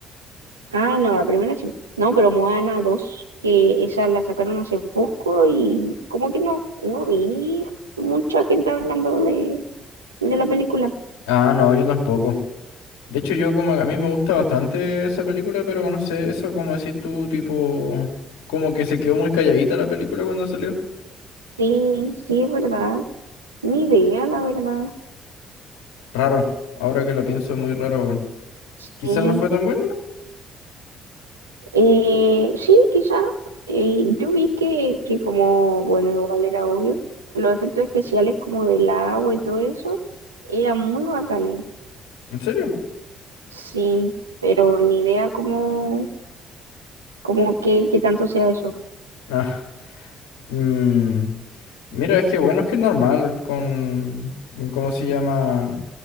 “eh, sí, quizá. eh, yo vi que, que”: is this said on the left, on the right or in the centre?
Right